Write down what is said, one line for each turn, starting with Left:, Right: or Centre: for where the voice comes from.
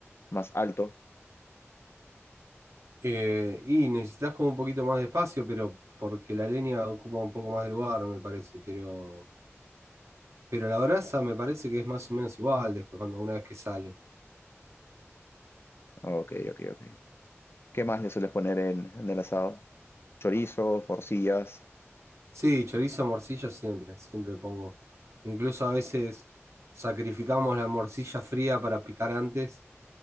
Left: más alto.
Right: Eh, y necesitas como un poquito más de espacio, pero porque la leña ocupa un poco más de lugar, me parece, pero, pero la brasa me parece que es más o menos igual después cuando una vez que sale.
Left: Ok, ok, ok. ¿Qué más le sueles poner en, en el asado? Chorizo, porcillas.
Right: Sí, chorizo, morcilla siempre, siempre pongo. Incluso a veces sacrificamos la morcilla fría para picar antes